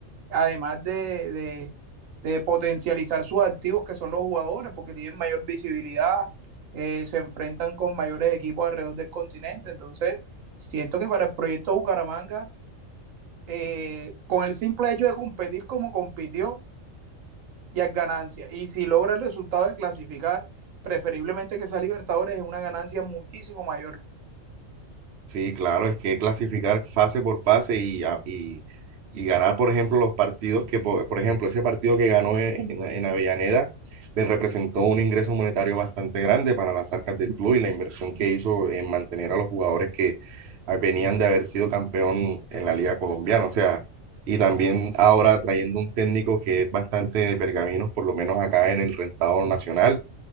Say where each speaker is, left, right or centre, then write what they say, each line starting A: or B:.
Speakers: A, on the right (about 80°); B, on the right (about 60°).
A: además de, de, de, potencializar sus activos, que son los jugadores, porque tienen mayor visibilidad, eh, se enfrentan con mayores equipos alrededor del continente. Entonces, siento que para el proyecto Bucaramanga, eh, con el simple hecho de competir como compitió, ya es ganancia. Y si logra el resultado de clasificar, preferiblemente que sea Libertadores, es una ganancia muchísimo mayor.
B: Sí, claro, es que clasificar fase por fase y, a- y, y ganar, por ejemplo, los partidos que, po- por, ejemplo, ese partido que ganó en, en- en Avellaneda le representó un ingreso monetario bastante grande para las arcas del club y la inversión que hizo en mantener a los jugadores que ah, venían de haber sido campeón en la Liga Colombiana. O sea, y también ahora trayendo un técnico que es bastante de pergaminos, por lo menos acá en el rentado nacional.